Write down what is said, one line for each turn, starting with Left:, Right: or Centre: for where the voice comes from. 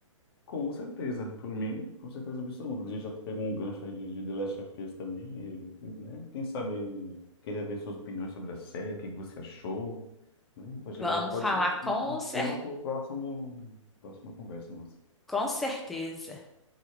Left: Com certeza, por mim, com certeza absoluta. A gente já pegou um gancho aí de, de The Last of Us também, e, né? Quem sabe aí, queria ver suas opiniões sobre a série, o que que você achou, né? Pode,
Centre: Vamos
Left: pode
Centre: falar
Left: ser um,
Centre: com
Left: um um
Centre: cer-
Left: tema para o próximo, próxima conversa nossa.
Centre: com certeza.